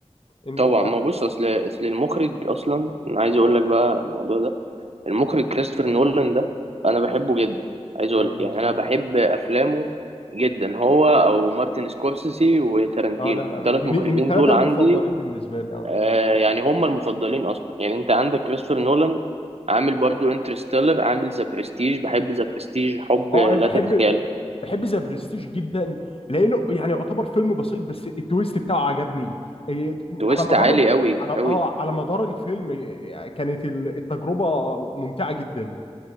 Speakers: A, on the left; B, on the right.
A: انت
B: طبعا ما بص اصل اصل المخرج اصلا انا عايز اقول لك بقى الموضوع ده المخرج كريستوفر نولان ده انا بحبه جدا عايز اقول
A: ايوه
B: لك يعني
A: مظبوط
B: انا بحب افلامه جدا هو او مارتن سكورسيسي وتارانتينو
A: اه لا لا
B: الثلاث
A: من
B: مخرجين
A: من الثلاثه
B: دول عندي
A: المفضلين بالنسبه لي اه
B: آه يعني هم المفضلين اصلا يعني انت عندك كريستوفر نولان عامل برضو انترستيلر عامل ذا برستيج بحب ذا برستيج حب
A: اه
B: لا
A: انا بحب
B: تتخيله
A: بحب ذا برستيج جدا لانه يعني يعتبر فيلم بسيط بس التويست بتاعه عجبني إيه،
B: تويست
A: على مدار
B: عالي
A: ال...
B: قوي
A: على اه
B: قوي
A: على مدار الفيلم إيه، كانت ال- التجربه ممتعه جدا